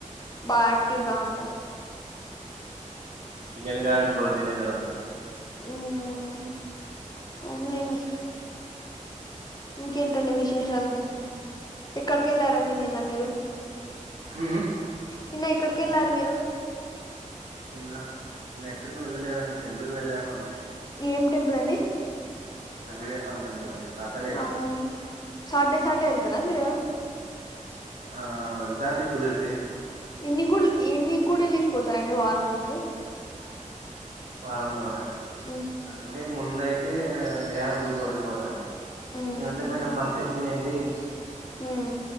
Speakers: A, on the left; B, on the right.
A: బా ఆక్టివ్ గా ఉంటాం
B: చికెన్ కానీ ప్రోటీనే కదండి
A: ఉమ్ కానిలెండీ ఇంకేంటండి విశేషాలు ఎక్కడికి వెళ్ళారండి నిన్న మీరు
B: హ
A: నిన్న ఎక్కడికి వెళ్ళారు మీరు
B: నిన్న నిన్న ఎక్కడికి వెళ్ళలేదండి టెంపుల్ కి వెళ్ళాను అంతే
A: ఏం టెంపుల్ అండి
B: వెంకటేశ స్వామి టెంపుల్ అండి సాటర్డే
A: అవును
B: కదా
A: సాటర్డే సార్డే వెళ్తారా మీరు
B: ఆ వెళ్తా అండి కుదిర్తే
A: ఎన్ని గుళ్ళు ఎన్ని గుడులుకి పోతారండి వారంలో మీరు
B: వారంలోనా
A: ఉ
B: అంటే ముందయితే వినాయడు గుడికి ఒకటి పోతాండి
A: ఉమ్
B: ఈ మద్య కొంచెం భక్తి ఎక్కువయింది
A: ఉమ్